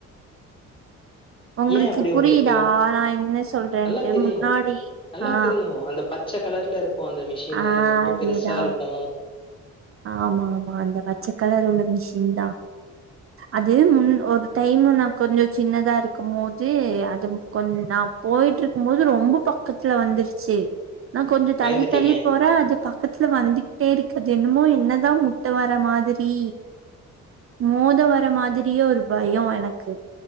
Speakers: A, on the right; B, on the left.
A: உங்களுக்கு
B: ஏன் அப்படி
A: புரியுதா
B: உங்களுக்கு?
A: நா என்ன சொல்றேன்ட்டு
B: நல்லா தெரியும்.
A: முன்னாடி
B: நல்லா
A: ஆ
B: தெரியும். அந்த பச்ச கலர்ல இருக்கு இருக்கு அந்த மிஷினு
A: ஆ
B: ரொம்ப
A: அதேதா
B: பெருசா இருக்கு
A: ஆமா ஆமா அந்த பச்சக்கலர் உள்ள மிஷின் தா அது முன் ஒரு டைமு நா கொஞ்சோ சின்னதா இருக்கு போது அது கொஞ் நா போயிட்டு இருக்கு போது ரொம்ப பக்கத்துல வந்ருச்சு நா கொஞ்சோ தள்ளி
B: பயந்துட்டீங்க
A: தள்ளி போற அது பக்கத்துல வந்துக்ட்டே இருக் அது என்னமோ என்னதா முட்டு வர மாதிரி மோத வர மாதிரியே ஒரு பயோ எனக்கு